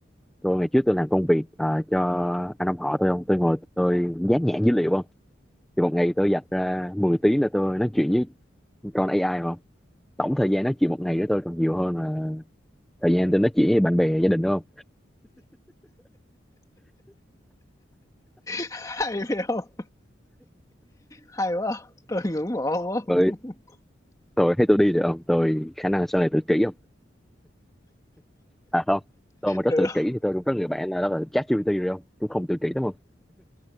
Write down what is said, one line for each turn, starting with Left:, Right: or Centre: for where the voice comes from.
Centre: tôi ngày trước tôi làm công việc à, cho anh ông họ tôi không tôi ngồi tôi dán nhãn dữ liệu không thì một ngày tôi dành ra 10 tiếng là tôi nói chuyện với con AI không tổng thời gian nói chuyện một ngày với tôi còn nhiều hơn là thời gian tôi nói chuyện với bạn bè gia đình đúng không
Left: <laughs> Hay phải hông? Hay quá Tôi ngưỡng mộ ông quá
Centre: rồi
Left: <laughs>
Centre: tôi thấy tôi đi được không tôi khả năng sau này tự kỷ à không tôi mà rất
Left: Được
Centre: tự kỷ
Left: hông?
Centre: thì tôi cũng có người bạn là đó là ChatGPT rồi không cũng không tự kỷ đúng không